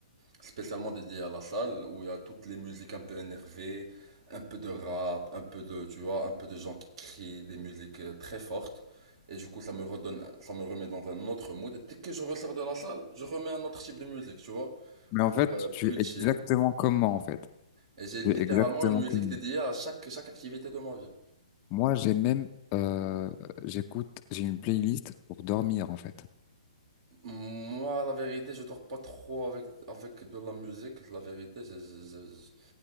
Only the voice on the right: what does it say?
spécialement dédiée à la salle où il y a toutes les musiques un peu énervées, un peu de rap, un peu de, tu vois, un peu de gens qui crient des musiques euh, très fortes. Et du coup, ça me redonne, ça me remet dans un autre mood. Et dès que je ressors de la salle, je remets un autre type de musique, tu vois,
pour
euh, plus
chill.
Et j'ai littéralement
une musique
dédiée à chaque, chaque activité de ma vie.
Moi, la vérité, je dors pas trop avec, avec de la musique. La vérité, je, je- je-